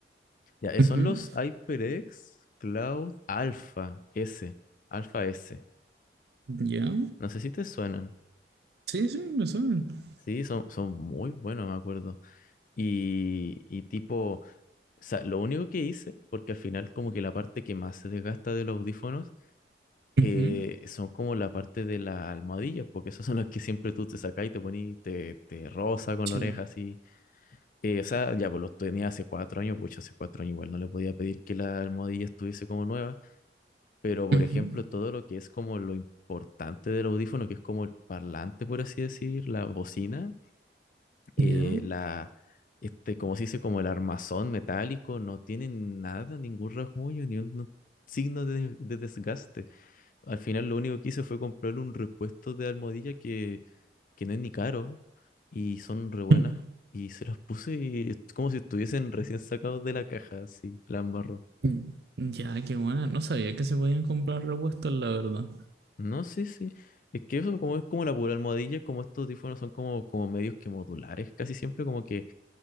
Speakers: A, on the left (about 45°); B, on the right (about 60°).
A: ya, eh,
B: Ujú.
A: son los HyperX Cloud Alpha S, Alpha S.
B: ¿Ya?
A: No sé si te suenan.
B: Sí, sí, lo saben.
A: Sí, son, son muy buenos, me acuerdo. Y, y tipo, o sea, lo único que hice, porque al final como que la parte que más se desgasta de los audífonos
B: Ujú.
A: eh, son como la parte de las almohadillas, porque esas son las que siempre tú te sacas y te pones, te, te roza con
B: Sí,
A: la oreja
B: po.
A: así. Eh, o sea, ya pues los tenía hace cuatro años, pucha, hace cuatro años igual no le podía pedir que la almohadilla estuviese como nueva, pero por
B: Ujú.
A: ejemplo, todo lo que es como lo importante del audífono, que es como el parlante, por así decir, la bocina eh,
B: ¿Ya?
A: la, este, como se dice, como el armazón metálico, no tiene nada, ningún rasguño, ni un no, signo de, de desgaste. Al final lo único que hice fue comprarle un repuesto de almohadilla que, que no es ni caro y son re buenas.
B: Mm.
A: Y se las puse y es como si estuviesen recién sacados de la caja, así, la embarró.
B: Mm. Ya, qué buena. No sabía que se podían comprar repuestos, la verdad.
A: No, sí, sí. Es que eso como es como la pura almohadilla, como estos audífonos son como, como medios que modulares, casi siempre como que